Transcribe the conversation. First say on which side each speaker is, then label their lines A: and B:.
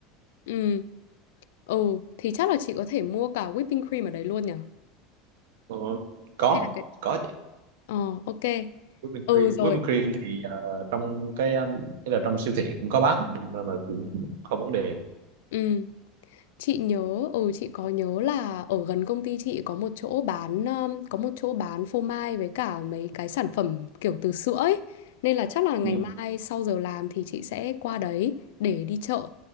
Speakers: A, on the left (about 75°); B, on the right (about 75°).
A: Ừ, ừ thì chắc là chị có thể mua cả whipping cream ở đấy luôn nhỉ?
B: Ờ, có
A: Hay là cái
B: có chứ
A: Ờ ok.
B: whipping
A: Ừ
B: cream,
A: rồi.
B: whipping cream thì ờ, trong cái ờ, cái là trong siêu thị cũng có bán nên là cũng không vấn đề
A: Ừ, chị nhớ ừ chị có nhớ là ở gần công ty chị có một chỗ bán um, có một chỗ bán phô mai với cả mấy cái sản phẩm kiểu từ sữa ấy. Nên là chắc là ngày
B: Ừ.
A: mai sau giờ làm thì chị sẽ qua đấy để đi chợ.